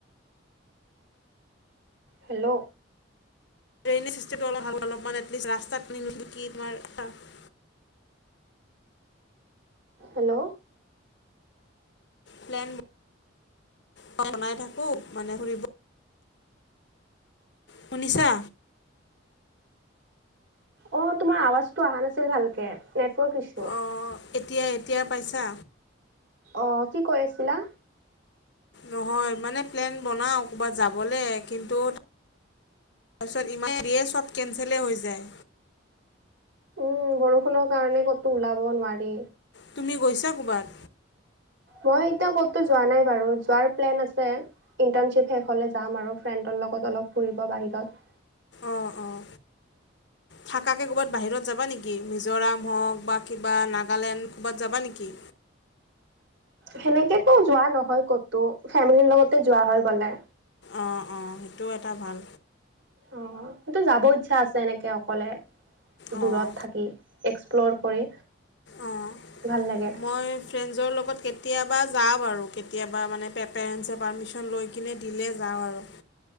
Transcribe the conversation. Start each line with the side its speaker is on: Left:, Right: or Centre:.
Right: হেল্ল'।
Left: ৰেইনিজ চিষ্টেমটো অলপ ভাল অলপ এলিষ্ট ৰাস্তা এনখিলিকি তোমাৰ <unintelligible>
Right: হেল্ল'।
Left: প্লেন বনাই থাকো মানে ফুৰিব। শুনিছা?
Right: অ তোমাৰ আৱাজটো অহা নাছিল ভালকে নেটৱৰ্ক ইছু।
Left: অঁ এতিয়া এতিয়া পাইছা?
Right: অঁ কি কৈ আছিলা?
Left: নহয় মানে প্লেন বনাওঁ ক'ৰবাত যাবলে কিন্তু। তাৰপিছত ইমান দিয়ে চব কেনচেলেই হৈ যায়।
Right: উম বৰষুণৰ কাৰণে ক'তো ওলাব নোৱাৰি।
Left: তুমি গৈছা ক'বাত?
Right: মই এতিয়া ক'তো যোৱা নাই বাৰু, যোৱাৰ প্লেন আছে। ইণ্টাৰ্ণশ্বিপ শেষ হ'লে যাম আৰু ফ্ৰেণ্ডৰ লগত অলপ ফুৰিব বাহিৰত।
Left: অঁ অঁ। থাকাকে ক'ৰবাত বাহিৰত যাবা নেকি? মিজোৰাম হওক বা কিবা নাগালেণ্ড ক'ৰবাত যাবা নেকি?
Right: সেনেকেতো যোৱা নহয় কতো, ফেমিলিৰ লগতে যোৱা হয় গ'লে।
Left: অঁ অঁ সেইটোও এটা ভাল।
Right: অ সটো যাব ইচ্ছা আছে এনেকে অকলে
Left: অঁ
Right: দূৰত থাকি। এক্সপ্ল'ৰ কৰি।
Left: অঁ
Right: ভাল লাগে
Left: মই। ফ্ৰেণ্ডছৰ লগত কেতিয়াবা যাওঁ বাৰু, কেতিয়াবা মানে পেৰেণ্টচে পাৰ্মিশন লৈ কিনে দিলে যাওঁ আৰু।